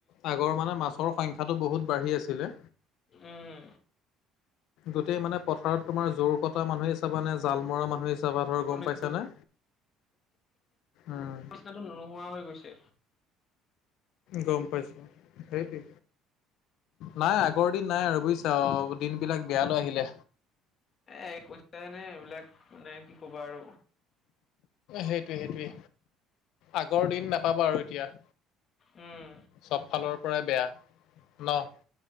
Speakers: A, on the left; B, on the left.
A: আগৰ মানে মাছৰ সংখ্যাটো বহুত বাঢ়ি আছিলে।
B: উম
A: গোটেই মানে পথাৰত তোমাৰ জোৰ কটা মানুহে চাবা নে জাল মৰা মানুহ চাবা ধৰ
B: মানে
A: গ'ম পাইছানে উম।
B: <unintelligible> নোহোৱা হৈ গৈছে।
A: গ'ম পাইছোঁ সেইটো নাই আ আগৰ দিন নাই আৰু বুজিছা দিন বিলাক বেয়ালৈ আহিলে।
B: এ কৈছানে এইবিলাক মানে কি ক'বা আৰু।
A: সেইটোৱে, সেইটোৱে আগৰ দিন নাপাবা আৰু এতিয়া।
B: উম।
A: চব ফালৰ পৰাই বেয়া ন।